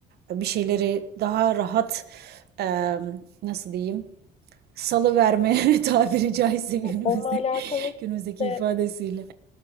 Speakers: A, on the right (about 70°); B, on the left (about 40°).
A: bir şeyleri daha rahat, emm, nasıl diyeyim, salıverme <laughs> tabiri caizse günümüzde
B: Onunla alakalı
A: günümüzdeki
B: işte
A: ifadesiyle.